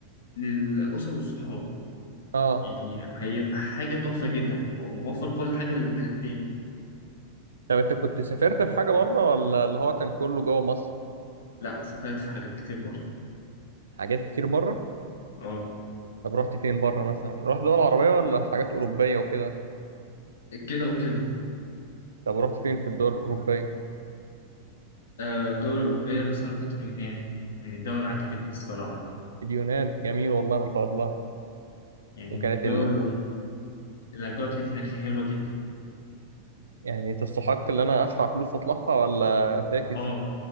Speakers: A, on the left; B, on the right.
A: للاسر والصحاب
B: اه
A: يعني هيبقى حاجه تحفه جدا هو موفر كل حاجه للحالتين
B: طب انت كنت سافرت في حاجه بره ولا اللي هو كان كله جوه مصر
A: لا سافرت في حاجات كتير بره
B: حاجات كتير بره
A: اه
B: طب رحت فين بره مثلا رحت دول عربيه ولا حاجات اوروبيه وكده
A: كده وكده
B: طب رحت فين في الدول الاوروبيه
A: آه، الدول الاوروبيه مثلا رحت اليونان من الدول اللي عجبتني الصراحه
B: اليونان جميل والله ما شاء الله
A: يعني
B: وكانت
A: من الدول
B: ال...
A: الاجواء كانت هناك حلوه جدا
B: يعني تستحق ان انا ادفع فلوس واطلعها ولا فاكس
A: اه